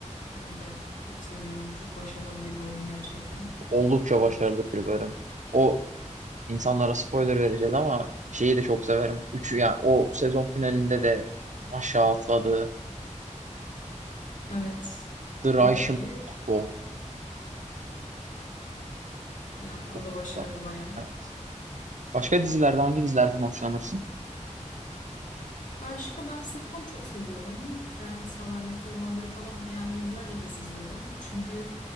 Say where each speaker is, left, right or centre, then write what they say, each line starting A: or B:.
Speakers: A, on the left (about 75°); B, on the right (about 70°).
A: Ben de çok seviyorum. Çok başarılı bir bölüm gerçekten.
B: Oldukça başarılı
A: Çok güzel.
B: bir bölüm. O insanlara spoiler vereceğiz ama şeyi de çok severim. Üçü yani o sezon finalinde de aşağı atladı.
A: Evet.
B: The Russian
A: O da iyi.
B: Doll.
A: Yani
B: O-
A: o da başarılı
B: o da-
A: bayağı.
B: Evet. Başka dizilerde hangi dizilerden hoşlanırsın?
A: Başka ben sitcom çok seviyorum. Friends, How I Met Your Mother'ı falan yani yüzlerce kez izledim. Çünkü